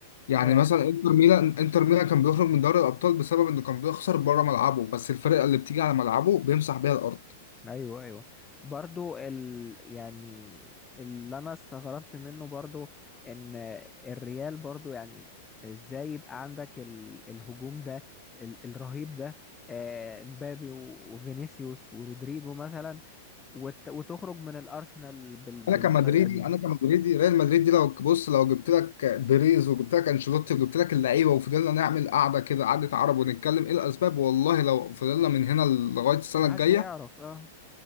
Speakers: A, on the left; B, on the left.
A: يعني
B: آه
A: مثلا انتر ميلان انتر ميلان كان بيخرج من دوري الابطال بسبب انه كان بيخسر بره ملعبه بس الفرقه اللي بتيجي على ملعبه بيمسح بيها الارض
B: ايوه ايوه برضو ال يعني اللي انا استغربت منه برضو ان الريال برضو يعني ازاي يبقى عندك ال... الهجوم ده ال... الرهيب ده آه مبابي و... وفينيسيوس ورودريجو مثلا وت... وتخرج من الارسنال بال... بالطريقة
A: انا كمدريدي
B: دي
A: انا كمدريدي ريال مدريد دي لو بص لو جبت لك بيريز وجبت لك انشيلوتي وجبت لك اللعيبه وفضلنا نعمل قعده كده قعده عرب ونتكلم ايه الاسباب والله لو فضلنا من هنا لغايه السنه
B: محدش
A: الجايه
B: هيعرف اه